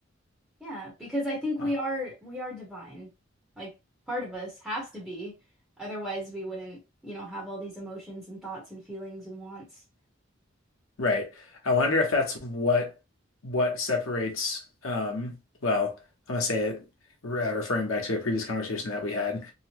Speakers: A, in the centre; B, on the left.
A: Yeah, because I think we
B: Huh.
A: are we are divine. Like part of us has to be. Otherwise we wouldn't, you know, have all these emotions and thoughts and feelings and wants.
B: Right. I wonder if that's what what separates. Um, well, I'm gonna say it, re uh, referring back to a previous conversation that we had.